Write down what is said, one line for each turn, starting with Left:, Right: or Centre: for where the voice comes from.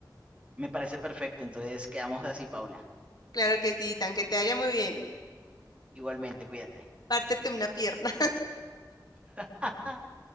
Right: Me parece perfecto, entonces quedamos así, Paula.
Left: Claro que sí, tan que te vaya muy bien.
Right: Igualmente, cuídate.
Left: Pártete una pierna.
Right: <laughs>